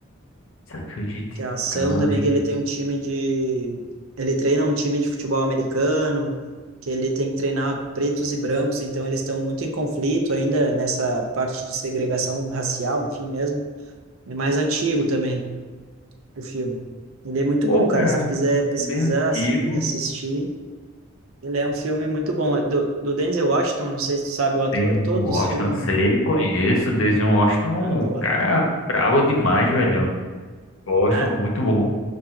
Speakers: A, on the left; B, on the right.
A: Desafio de Titãs.
B: que é a ação também, que ele tem um time de. Ele treina um time de futebol americano, que ele tem que treinar pretos e brancos, então eles estão muito em conflito ainda nessa parte de segregação racial, enfim mesmo. É mais antigo também o filme. Ele é muito
A: Pô,
B: bom,
A: cara,
B: cara. Se tu quiser pesquisar,
A: bem antigo.
B: assim, assistir, ele é um filme muito bom. É Do, do Denzel Washington, não sei se tu sabe o ator,
A: Denzel
B: todos
A: Washington,
B: os filmes,
A: sei,
B: né?
A: conheço. Denzel Washington,
B: Ah, boa.
A: um cara brabo demais, velho. Gosto,
B: Ah,
A: muito bom.